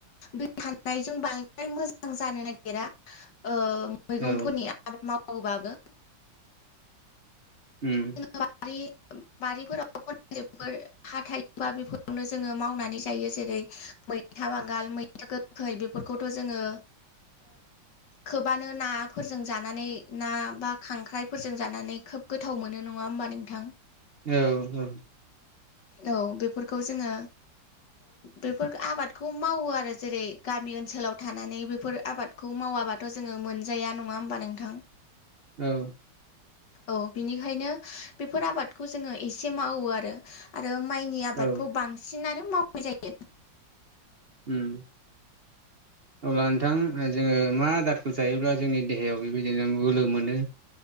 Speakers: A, on the left (about 65°); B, on the right (about 40°).
A: दै थानायजों बांद्राय मोजां जानो नागिरा मैगंफोरनिया?
B: औ
A: आबाद मावोबाबो
B: उम
A: बारि बारिफोराव खनलिफोर हा थायोबा बेफोरावनो जोंङो मावनानै जायो जेरै मैथा बांगाल मैथा गोखैय बेफोरखौथ' जोंङो खोबानो नाफोरजों जानानै ना बा खांख्राइफोरजों जानानै खोब गोथाव मोनो। नंङा होनोमबा नोंथां।
B: औ औ
A: औ बेफोरखौ जोङो बेफोर आबादखौ मावो आरो जेरै गामि ओनसोलाव थानानै बेफोर आबाद खौ मावाबाथ' जोङो मोनजाया नङा ओमबा नोंथां
B: औ
A: औ बिनिखायनो बेफोर आबादखौ जोङो एसे मावो आरो आरो माइनि आबादखौ
B: औ औ
A: बांसिनानो मावनाय जायो
B: उम अब्ला नोंथां जोङो मा आदार खौ जायोब्ला जोंनि देहायाव बेबायदिनो बोलो मोनो